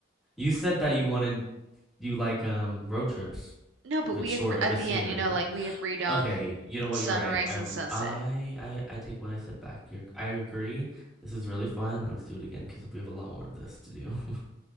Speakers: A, in the centre; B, on the right.
A: You said that you wanted you like um road trips
B: No, but
A: if
B: we
A: it's short
B: agree
A: if
B: at
A: it's
B: the
A: scenery.
B: end, you know, like we agreed on
A: Okay, you know what?
B: sunrise
A: You're right. I'm
B: and sunset.
A: I I I take what I said back. You're I agree. This is really fun. Let's do it again because we have a lot more of this to do. <laughs>